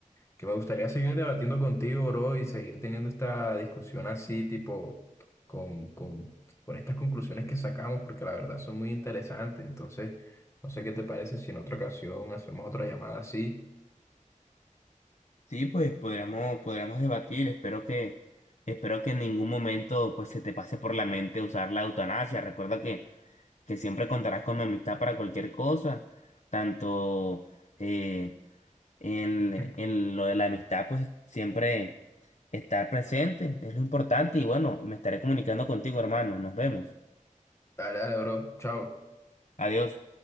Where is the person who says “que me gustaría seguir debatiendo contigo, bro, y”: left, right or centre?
Left